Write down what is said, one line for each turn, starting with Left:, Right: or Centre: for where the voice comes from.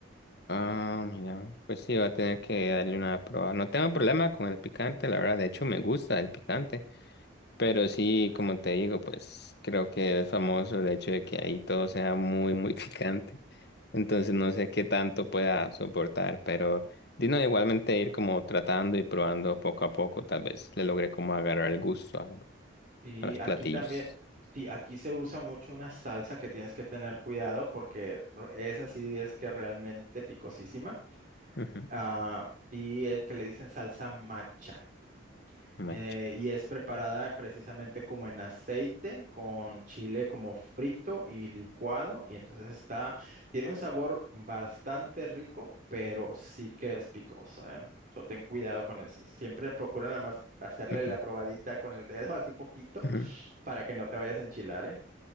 Left: Ah, mira, pues sí, va a tener que darle una prueba. No tengo problema con el picante, la verdad. De hecho, me gusta el picante. Pero sí, como te digo, pues creo que es famoso el hecho de que ahí todo sea muy, muy <laughs> picante. Entonces no sé qué tanto pueda soportar, pero Dino igualmente ir como tratando y probando poco a poco, tal vez le logre como agarrar el gusto a,
Right: Y
Left: a los platillos.
Right: aquí también, sí, aquí se usa mucho una salsa que tienes que tener cuidado porque re- esa sí es que realmente picosísima.
Left: Ujú,
Right: Ah, y el que le dicen salsa macha.
Left: Macho.
Right: eh, y es preparada precisamente como en aceite, con chile como frito y licuado, y entonces está, tiene un sabor bastante rico, pero sí que es picosa, ¿eh? So, ten cuidado con eso. Siempre procura nada más hacerle
Left: Ujú,
Right: la probadita con el dedo, <laughs> así poquito,
Left: ujú.
Right: para que no te vayas a enchilar, ¿eh?